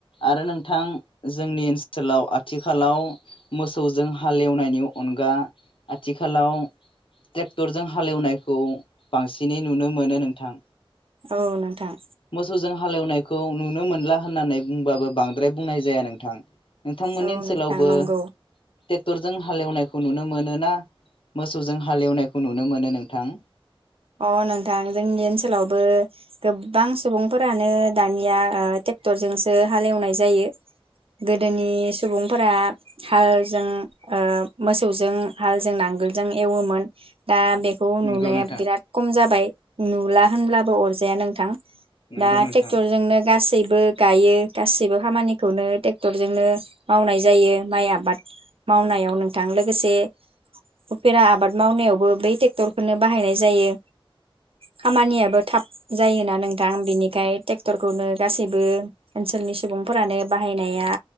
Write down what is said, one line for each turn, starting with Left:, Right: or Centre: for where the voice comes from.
Left: आरो नोंथां जोंनि ओनस लाव आथिखालाव मोसौजों हालेवनायनि अनगा आथिखालाव टेक्टरजों हालेवनायखौ बांसिनै नुनो मोनो नोंथां।
Right: औ नोंथां।
Left: मोसौजों हालेवनायखौ नुनो मोनला होननानै बुंबाबो बांद्राय बुंनाय जाया नोंथां। नोंथांमोननि
Right: औ
Left: ओनसोलावबो
Right: नोंथां नंगौ
Left: टेक्टरजों हालेवनाय खौ नुनो मोनो ना मोसौजों हालएवनायखौ नुनो मोनो नोंथां?
Right: अ नोंथां जोंनि ओनसोलावबो गोबां सुबुंफोरानो दानिया ओ टेक्टरजोंसो हाल एवनाय जायो गोदोनि सुबुंफोरा हालजों ओ मोसौजों हालजों नांगोलजों एवोमोन। दा बेखौ
Left: नंगौ
Right: नुनाया
Left: नोंथां
Right: बिराद जाबाय नुला होनब्लाबो अरजाया नोंथां।
Left: नंगौ
Right: दा
Left: नोंथां
Right: टेक्टरजोंनो गास सैबो गायो गासैबो खामानिखौनो ट्रेक्टरजोंनो मावनाय जायो माइ आबाद मावनायाव नोंथां लोगोसे उपेरा आबाद मावनायावबो बै टेक्टरखौनो बाहायनाय जायो। खामानियाबो थाब जायोना नोंथां बिनि खाय टेक्टरखौनो गासैबो ओनसोलनि सुबुंफोरानो बाहायनाया